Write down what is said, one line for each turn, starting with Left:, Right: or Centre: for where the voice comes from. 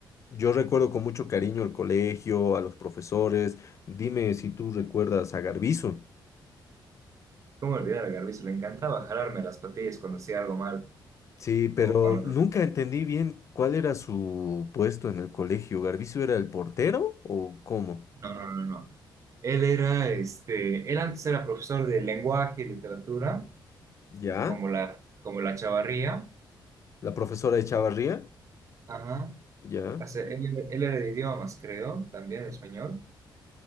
Left: yo recuerdo con mucho cariño el colegio, a los profesores. Dime si tú recuerdas a Garbizo.
Right: ¿Cómo olvidar a Garbizo? Le encantaba jalarme las patillas cuando hacía algo mal
Left: Sí, pero
Right: o cuando...
Left: nunca entendí bien cuál era su puesto en el colegio. ¿Garbizo era el portero o cómo?
Right: No, no, no, no. Él era, este, él antes era profesor de lenguaje y literatura,
Left: ¿Ya?
Right: como la, como la Chavarría.
Left: ¿La profesora de Chavarría?
Right: Ajá.
Left: ¿Ya?
Right: O sea, él, él era de idiomas, creo, también de español.